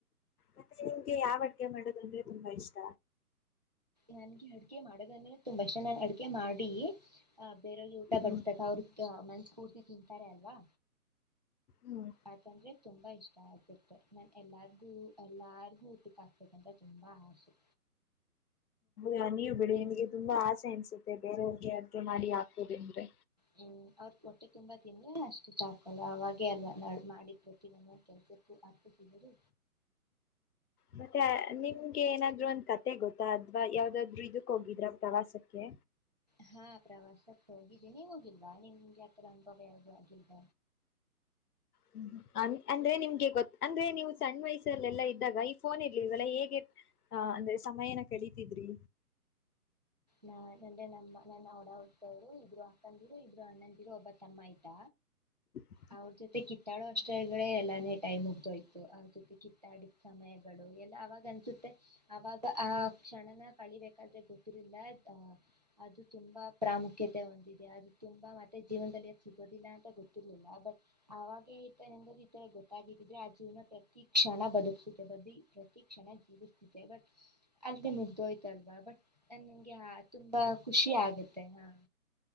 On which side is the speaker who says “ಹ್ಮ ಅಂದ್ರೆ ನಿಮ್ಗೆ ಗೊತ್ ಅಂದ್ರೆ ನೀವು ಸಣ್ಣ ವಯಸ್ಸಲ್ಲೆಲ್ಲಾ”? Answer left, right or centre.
Left